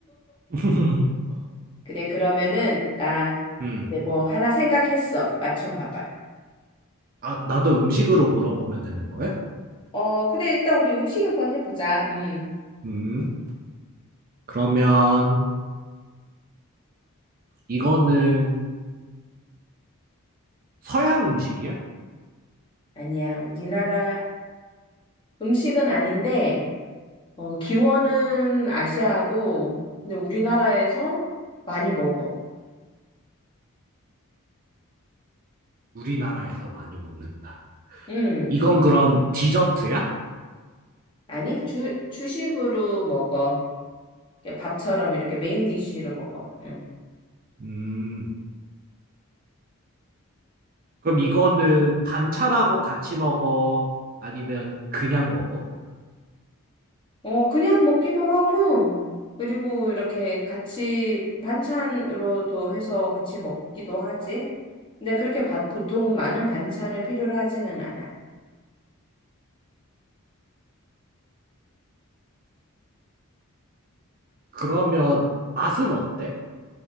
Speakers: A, on the right (about 40°); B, on the left (about 20°).
A: <laughs>
B: 그래, 그러면은, 나,
A: 음.
B: 이제 뭐, 하나 생각했어. 맞춰봐봐.
A: 아, 나도 음식으로 물어보면 되는 거야?
B: 어, 그래, 일단 우리 음식 한번 해보자. 음.
A: 음. 그러면 이거는 서양 음식이야?
B: 아니야, 우리나라 음식은 아닌데, 어, 기원은 아시아고, 근데 우리나라에서 많이 먹어.
A: 우리나라에서 많이 먹는다.
B: 음.
A: 이건 그럼 디저트야?
B: 아니, 주, 주식으로 먹어. 이렇게 밥처럼 이렇게 메인 디쉬로 먹어. 응.
A: 음. 그럼 이거는 반찬하고 같이 먹어? 아니면 그냥 먹어?
B: 어, 그냥 먹기도 하고, 그리고 이렇게 같이 반찬으로도 해서 같이 먹기도 하지. 근데 그렇게 바- 보통은 많은 반찬을 필요로 하지는 않아.
A: 그러면 맛은 어때?